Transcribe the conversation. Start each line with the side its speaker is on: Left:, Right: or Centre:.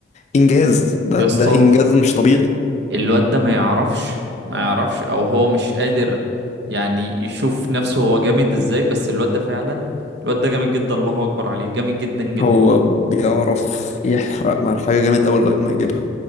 Left: انجاز ده
Right: يا
Left: ده
Right: اسطى
Left: انجاز مش طبيعي
Right: الواد ده ما يعرفش ما يعرفش او هو مش قادر يعني يشوف نفسه هو جامد ازاي بس الواد ده فعلا الواد ده جامد جدا الله اكبر عليه جامد جدا جدا
Left: هو بيعرف يحرق مع الحاجة جامد أوي لغاية ما يجيبها